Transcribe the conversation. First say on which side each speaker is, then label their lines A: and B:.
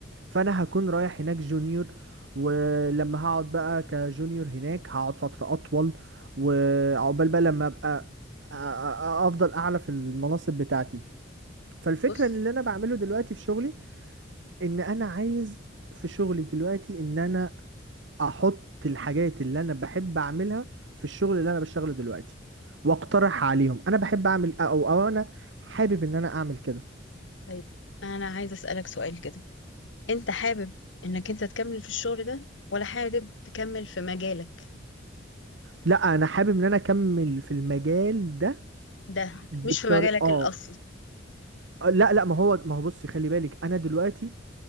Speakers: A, on the right; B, on the left.
A: فانا هكون رايح هناك جونيور ولما هقعد بقى كجونيور هناك هقعد فتره اطول وعقبال بقى لما ابقى أ- أ- افضل اعلى في المناصب بتاعتي فالفكرة
B: بص
A: ان اللي انا بعمله دلوقتي في شغلي ان انا عايز في شغلي دلوقتي ان انا احط الحاجات اللي انا بحب اعملها في الشغل اللي انا بشتغله دلوقتي واقترح عليهم انا بحب اعمل او او انا حابب ان انا اعمل كده
B: طيب انا عايزه اسالك سؤال كده انت حابب انك انت تكمل في الشغل ده ولا حابب تكمل في مجالك
A: لا انا حابب ان انا اكمل في المجال ده
B: ده
A: بالطريقة
B: مش في مجالك
A: اه
B: الاصل
A: لا لا ما هو ما هو بصي خلي بالك انا دلوقتي